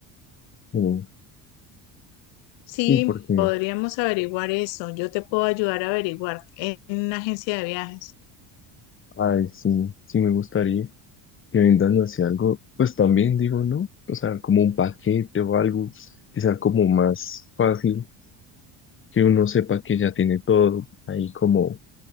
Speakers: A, on the left (about 30°); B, on the left (about 85°).
A: Eh,
B: Sí,
A: sí, porque,
B: podríamos averiguar eso. Yo te puedo ayudar a averiguar en una agencia de viajes.
A: ay, sí, sí me gustaría que vendan así algo, pues también digo, ¿no? O sea, como un paquete o algo que sea como más fácil, que uno sepa que ya tiene todo ahí como,